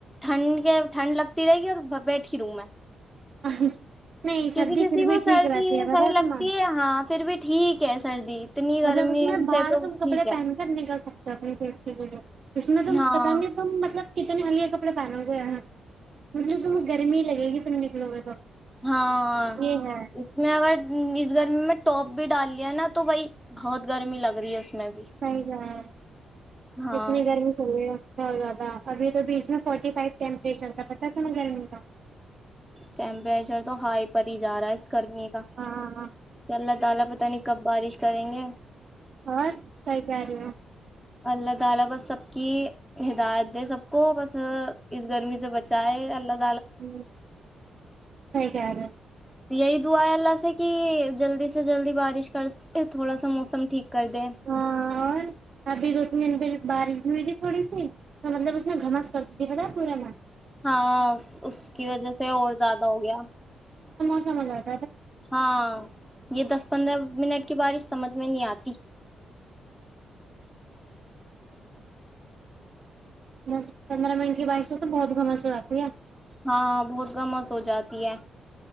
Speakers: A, in the centre; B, on the right.
A: ٹھنڈ ٹھنڈ لگتی رہے گی اور بیٹ ہی رہ میں
B: <unintelligible> سردی
A: کسی کسی
B: پھر
A: کو
B: بھی
A: سردی
B: ٹھیک رہتی ہے
A: صحیح
B: پتہ
A: لگتی
B: تمہیں
A: ہے ہاں پھر بھی ٹھیک ہے سردی اتنی گرمی
B: مطلب اس میں باہر
A: سے تو
B: تم
A: ٹھیک
B: کپڑے
A: ہے
B: پہن کر نکل سکتے سبر پٹ کے بولے اس میں تم
A: ہاں
B: پتاؤ گے تم مطلب کتنا ہلیا کپڑا پہناو گیا مطلب توم گرمی ہی لگے گی توتنے نکلو گے تو
A: ہاں
B: یہ ہے
A: اس میں اگر اس گرمی میں ٹاپ بھی ڈال لیا نا تو بائی بہت گرمی لگ رہی ہے اس میں بھی
B: صحیح گ ہے
A: ہاں
B: کتنے گھرمی چلے گ ابھی تو بیچ میں فورٹی فائیو ٹیمپریچر تھا ہے تمہیں گرمی کا
A: ٹمپریچر تو ہائی پری جا رہا ہے اس <unintelligible>
B: اور
A: کریں گے
B: اور سیکاری
A: <unintelligible>
B: ہ سحی کہار ہے <unintelligible>
A: یہی دعا ہے اللہ سے کہ جلدی سے جلدی بارش کرتے تھوڑا سا موسم ٹھیک <unintelligible> کر د ہیں <unintelligible>
B: ہو ہاں اور ابھی دو بارش نہیں ہوئی تھی تھوڑی سی تو مطلب اس نے گھمس کر دی ت تھا تھا پورا نا <unintelligible>
A: ہاں اس کی وجہ سے اور زیادہ ہو گیا <unintelligible>
B: س مج جا <unintelligible>
A: ہاں یہ دس پندرہ منٹ <unintelligible> کے بارش سمجھ میں نہیں آتی <unintelligible>
B: بس پندرہ منٹ کی بائک سے تو بہت گھمس ہو جاتی ہے <unintelligible>
A: ہاں بہت گمس ہو جاتی ہے